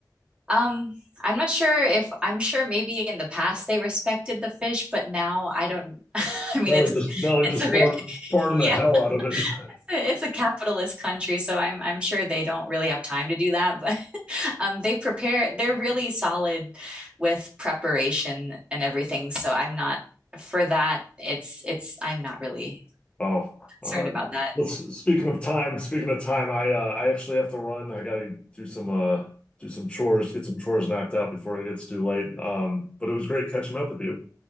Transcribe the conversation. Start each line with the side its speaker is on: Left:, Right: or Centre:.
Right: Um, I'm not sure if I'm sure maybe in the past they respected the fish, but now I don't. <laughs> I mean,
Left: Now
Right: it's
Left: they just now they
Right: it's
Left: just
Right: a very
Left: farm
Right: <laughs>
Left: farm
Right: yeah,
Left: the hell out of it. <laughs>
Right: it's a, it's a capitalist country, so I'm I'm sure they don't really have time to do that. But <laughs> um, they prepare. They're really solid with preparation and everything. So I'm not for that. It's it's I'm not really
Left: Oh,
Right: concerned
Left: all right.
Right: about that.
Left: Well, s- speaking of time, speaking of time, I uh, I actually have to run. I gotta do some uh do some chores, get some chores knocked out before it gets too late. Um, but it was great catching up with you.